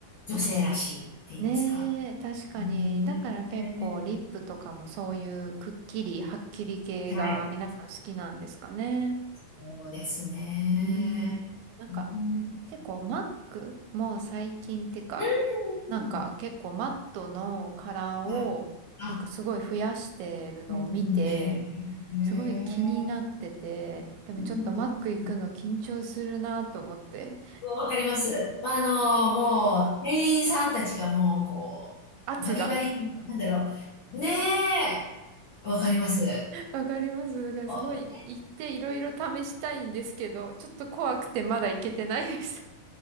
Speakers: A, on the left; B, on the right.
A: 女性らしいって言いますか。
B: ねえ、確かに。
A: ね
B: だから結構リップとかもそういうくっきり、はっきり系が皆さん好きなんですかね。
A: はい。そうですね。
B: うーん。なんか
A: うん。
B: 結構マックも最近ってか、
A: うん
B: なんか結構マットのカラーをなんかすごい増やしてるのを見て、
A: はい。あ、うん、へえ。へ
B: すごい気になってて、
A: え。
B: でもちょっとマック行くの緊張するなと思って、
A: うんわかります。まあ、あの、もう、店員さんたちがもう、こう、
B: 圧が。
A: バリバリ、なんだろう。ねえ、わかります。
B: わかります。だからすごい行っていろいろ試したいんですけど、
A: あー
B: ちょっと怖くてまだ行けてないです。